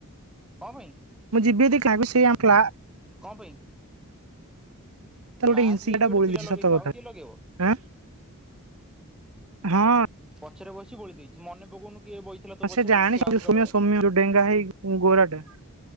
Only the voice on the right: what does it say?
ମୁଁ ଯିବି ଯଦି <inaudible> ସେଇ ଆମ କ୍ଲା
ଗୋଟେ
ହିଂସିକା
ଟା
ବୋଳି
ଦେଇଛି
ସତ କଥା
ଆଁ ହଁ
ସେ
ଜାଣି
ଯୋଉ ସୌମ୍ୟ
ସୌମ୍ୟ ଯୋଉ ଡେଙ୍ଗା ହେଇକି ଗୋରାଟା